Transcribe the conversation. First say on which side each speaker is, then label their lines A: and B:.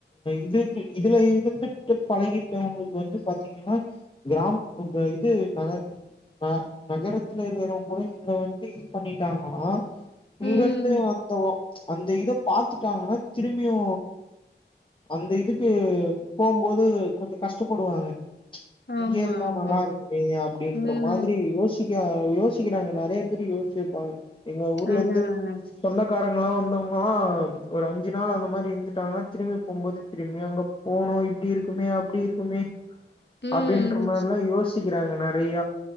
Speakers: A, on the left (about 25°); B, on the left (about 70°).
A: இதுக்கு இதுல இருந்துட்டு பழகிட்டவங்களுக்கு வந்து பாத்தீங்கன்னா கிராம் இந்த இது நக அ நகரத்துலே இருக்கிறவங்க கூட இங்க வந்து இது பண்ணிட்டாங்களா இங்க
B: ம்.
A: இருந்து வந்த ஒ அந்த இத பாத்துட்டாங்கன்னா திரும்பியு அந்த இதுக்கு போகும்போது கொஞ்ச கஷ்ட்டப்படுவாங்க
B: ஆமா,
A: இங்க இருந்தா
B: ஆமா.
A: நல்லா இருக்குமே அப்படின்ற
B: ம்.
A: மாதிரி யோசி ங்க யோசிக்கிறாங்க நிறைய பேரு யோசிச்சிருப்பாங்க எங்க ஊர்ல
B: அதான்,
A: இருந்து
B: அதான்.
A: சொந்தக்காரங்க எல்லாம் வந்தவங்கள்லாம் ஒரு அஞ்சு நாள் அந்த மாதிரி இருந்துட்டாங்கன்னா திரும்பி போகும்போது திரும்பி அங்க போனும் இப்படி இருக்கு உடனே அப்படி இருக்குமே
B: ம்.
A: அப்படின்ற மாறி எல்லாம் யோசிக்கிறாங்க நெறைய